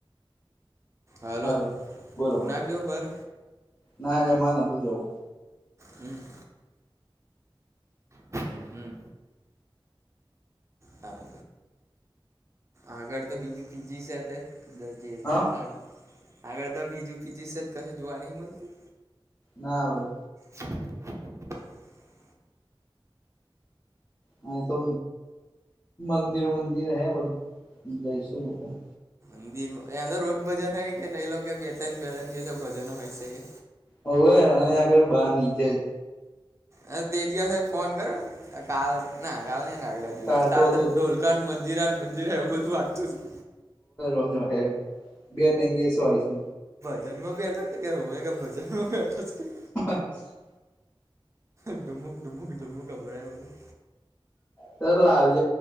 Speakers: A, on the right (about 30°); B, on the left (about 25°).
A: હેલો,
B: હાલો બોલો
A: તું
B: બોલો
A: ના ગયો બહાર?
B: ના રેમાં નથી જવું.
A: હમ્મ હમ્મ હમ્મ હા. આગળ તો બીજું પીજી છે બ
B: હા
A: દેખા <inaudible> આગળ તો બીજું પીજી સત કશું જોવા નહિ મળતું.
B: ના ભાઈ.
A: <inaudible>
B: હ તો મંદિર મંદિર હૈ પણ જઈશુ બધા.
A: મંદિરમાં એ અંદર રોજ ભજન હોય કે નહી લો કે બે ત્રણ બે ત્રણ દિવસે ભજનો હોય છે કે?
B: હવે અહીં આગળ બહાર નીચે જ
A: હ તે દિવસ ફોન કરો કાલ ના કાલ નહી <inaudible> આગ લાગી
B: કાર
A: તા
B: તો હતું
A: ઢોલકાને મંજરાને મંજિરા એવું બધું વાગતુંું
B: <inaudible> યાર બે ત્રણ દિવસો હોય છે
A: ભજન્માં બેઠો ક હોય ભજનમાં બેઠો <inaudible>
B: હ
A: ડુમક ડુમક ડુમુક અમરાય બધું.
B: સર લાલ